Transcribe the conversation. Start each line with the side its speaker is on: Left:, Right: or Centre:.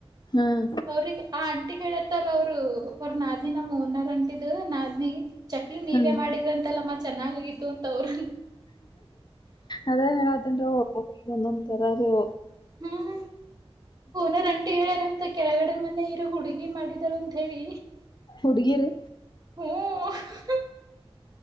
Left: ಹ್ಮ್
Right: ಅವ್ರಿಗೆ ಆ ಆಂಟಿ ಹೇಳತ್ತ ತರವ್ರು ಅವ್ರ ನಾದನಿ ನಮ್ಮ ಓನರ್ ಅಂಟಿದ್ ನಾದನಿ. ಚಕ್ಲಿ
Left: ಹ್ಮ್
Right: ನೀವೇ ಮಾಡಿದ್ರಂತೆಲ್ಲ ಮತ್. ಚೆನ್ನಾಗಿಾಗಿತ್ತು ಅಂತ ಅವರು
Left: ಅದೇ ಅದಂದು ಅವ ಒಂದೊಂದ್ ತರ.. <inaudible>
Right: ಹ್ಮ್ ಓನಾರಂಟ ಹೇಳ್ಯಾರಂತೆ.. <inaudible> ಕೆಳಗಡೆ <inaudible> ಮನ್ನ ಇರೋ ಹುಡುಗಿ ಮಾಡಿದಾಳು ಅಂತ ಹೇಳಿ
Left: ಹುಡ್ಗಿರಿ
Right: ಹ್ಮ.. <inaudible>